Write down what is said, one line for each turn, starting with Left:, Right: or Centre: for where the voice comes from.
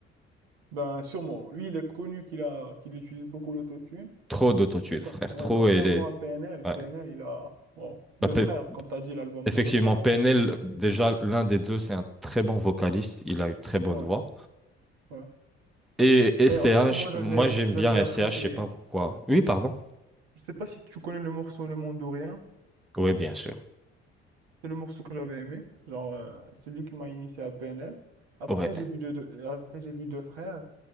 Right: Ben, sûrement. Lui, il est connu qu'il a, qu'il utilise beaucoup l'autotune.
Centre: Trop d'autotune, frère,
Right: Con- ouais,
Centre: trop,
Right: contrairement
Centre: et les-
Right: à PNL,
Centre: Ouais.
Right: PNL, il a bon, deux
Centre: Bah, Pe-
Right: frères, comme tu as dit, l'album
Centre: effectivement,
Right: de deux frères.
Centre: PNL, déjà, l'un des deux, c'est un très bon vocaliste. Il a une très bonne
Right: Ouais,
Centre: voix.
Right: ouais.
Centre: Et SCH,
Right: Et en fait, moi, j'avais
Centre: moi, j'aime
Right: j'avais
Centre: bien SCH,
Right: apprécié.
Centre: je sais pas pourquoi. Oui, pardon.
Right: Je sais pas si tu connais le morceau Le Monde ou Rien.
Centre: Oui, bien sûr.
Right: C'est le morceau que j'avais aimé. Genre, euh, c'est lui qui m'a initié à PNL. Après,
Centre: Ouais.
Right: j'ai vu deux, deux- après, j'ai vu deux frères.